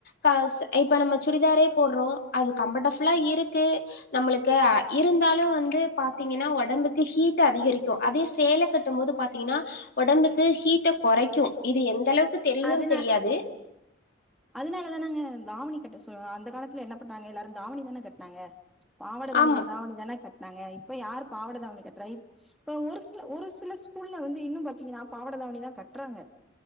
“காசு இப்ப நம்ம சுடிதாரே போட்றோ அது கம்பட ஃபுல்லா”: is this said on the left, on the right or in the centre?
Left